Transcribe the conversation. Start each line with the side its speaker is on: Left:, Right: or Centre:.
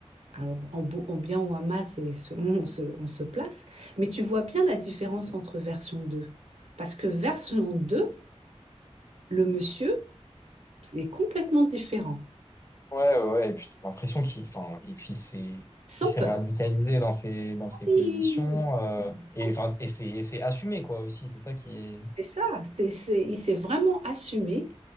Right: Alors, en, bo- en bien ou en mal, c'est selon où on se, on se place, mais tu vois bien la différence entre version deux Parce que version 2 le monsieur est complètement différent,
Left: Ouais, ouais, ouais. Et puis t'as l'impression qu'il, enfin, et puis c'est,
Right: sans
Left: il s'est
Right: peur.
Left: radicalisé dans ses, dans ses
Right: Oui.
Left: positions. euh,
Right: sans
Left: et enfin,
Right: peur.
Left: et c'est, et c'est assumé quoi aussi. C'est ça qui est.
Right: C'est ça, c'est, c'est- il s'est vraiment assumé.